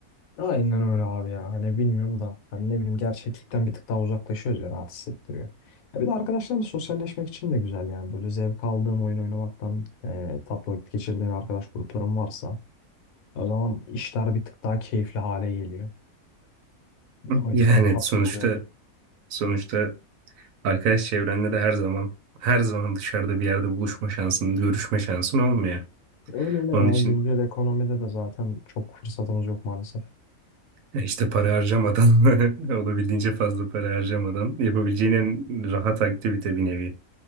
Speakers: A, on the left; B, on the right.
A: Aynen öyle abi ya. Hani bilmiyorum da hani ne bileyim gerçeklikten bir tık daha uzaklaşıyoruz ya rahat hissettiriyor. Ya bir de arkadaşlarla sosyalleşmek için de güzel yani. Böyle zevk aldığın oyun oynamaktan e, tatlı vakit geçirdiğin arkadaş grupların varsa o zaman işler bir tık daha keyifli hale geliyor.
B: <laughs>
A: O yüzden
B: Yani
A: tatlı
B: sonuçta
A: oluyor.
B: sonuçta arkadaş çevrenle de her zaman her zaman dışarıda bir yerde buluşma şansın, görüşme şansın olmuyor.
A: Öyle öyle ya.
B: Onun için
A: Güncel ekonomide de zaten çok fırsatımız yok maalesef.
B: E İşte para harcamadan, <laughs> olabildiğince fazla para harcamadan yapabileceğin en rahat aktivite bir nevi.